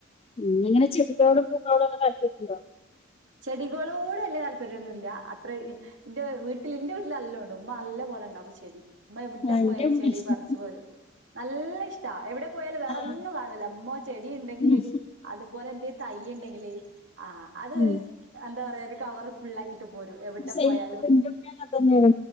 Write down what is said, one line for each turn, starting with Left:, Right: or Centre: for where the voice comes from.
Left: ഉം എങ്ങനെ ചെടിനോടും പൂക്കളോടും ഒക്കെ താല്പര്യണ്ടോ?
Right: ചെടികളോട് വല്ല്യാ താല്പര്യന്നുല്ല അത്ര ഇന്റെ വീട്ടില് ഇന്റെ വീട്ടില്ന്നല്ലോം <unintelligible> ഇമ്മന്നല്ല പോലെ ഇണ്ടാക്കും ചെടി ഇമ്മ എവിടെ
Left: ആഹ് എന്റെ
Right: പോയാലും
Left: ഉമ്മീം
Right: ചെടി പറിച്ച് പോരും. ന്നല്ല ഇഷ്ട്ടാ എവിടെ പോയാലും വേറെന്നും
Left: ആഹ്
Right: കാണൂല ഇമ്മ ചെടി ഇണ്ടെങ്കില്
Left: ഉം
Right: അതുപോലെ എന്തേം തയ്യ് ഇണ്ടെങ്കില് ആഹ് അതൊരു
Left: ഉം
Right: എന്താ പറയാ ഒരുകവറ് ഫുള്ളാ ത്തിട്ട് പോരും എവിടെ
Left: സെയിം
Right: പോയാലും
Left: എന്റെ ഉമ്മീം അങ്ങനെ തന്നെയാണ്